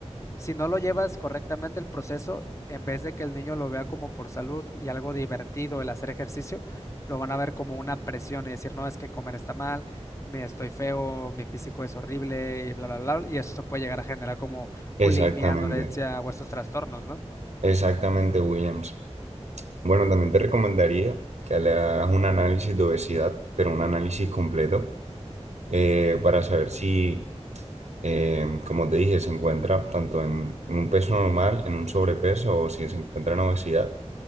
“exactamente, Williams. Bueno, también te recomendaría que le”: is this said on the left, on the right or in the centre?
Right